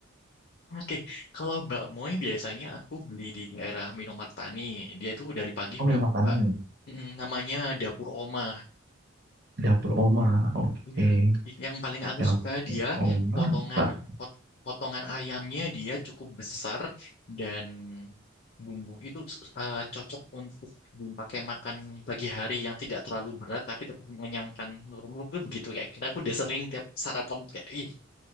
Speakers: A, on the left; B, on the right.
A: Oke, kalau Mbak Moy biasanya aku beli di daerah Minomartani. Dia tuh dari pagi
B: Oh,
A: udah
B: minum makanan
A: buka. Mm, namanya Dapur Oma.
B: dapur oma. Oke,
A: Iya. Yang paling aku
B: Dapur
A: suka dia
B: oma.
A: potongan
B: Pak.
A: pot- potongan ayamnya dia cukup besar dan bumbu itu eh, cocok untuk dipakai makan pagi hari yang tidak terlalu berat tapi tetap mengenyangkan nurun itu begitu kayak. Karena aku udah sering tiap sarapan kayak ih,